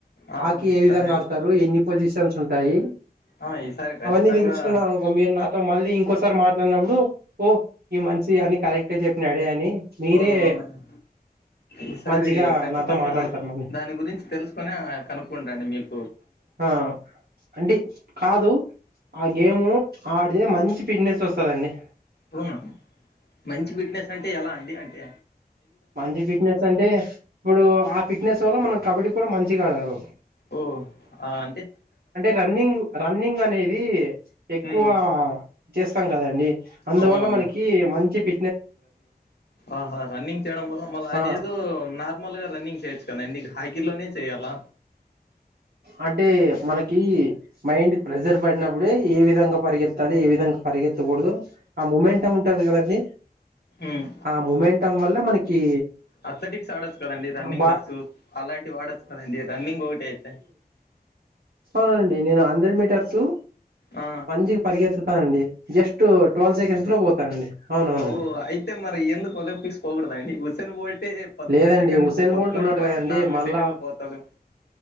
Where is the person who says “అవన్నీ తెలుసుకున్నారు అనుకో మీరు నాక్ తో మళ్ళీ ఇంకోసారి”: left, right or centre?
Right